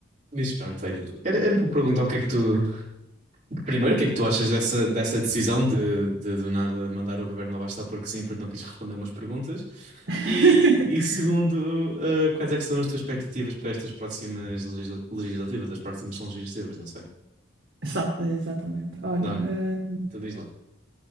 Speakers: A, on the right (about 40°); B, on the right (about 80°).
A: Mas pronto, olha, era, era para perguntar o que é que tu, Primeiro, o que é que tu achas dessa, dessa decisão de, de do nada mandar o governo abaixo só porque sim, porque não quis responder umas perguntas?
B: <laughs>
A: E, e segundo, eh, quais é que são as tuas expectativas para estas próximas legisla- legislativas? As próximas são legislativas, não sei.
B: Só, exatamente. Olha,
A: Dá,
B: eh,
A: então diz lá.